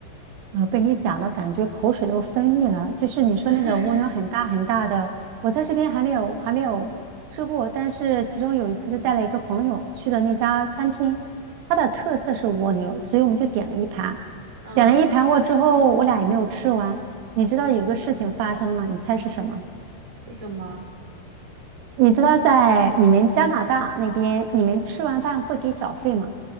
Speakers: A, on the right (about 75°); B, on the right (about 35°).
A: 呃，被你讲了，感觉口水都分泌了。就是你说那个蜗牛很大很大的，
B: <laughs>
A: 我在这边还没有还没有吃过，但是其中有一次是带了一个朋友去的那家餐厅，它的特色是蜗牛，所以我们就点了一盘，
B: 嗯，
A: 点了一盘过之后，我俩也没有吃完。你知道有个事情发生了，你猜是什么？
B: 是什么？
A: 你知道在你们加拿大那边，你们吃完饭会给小费吗？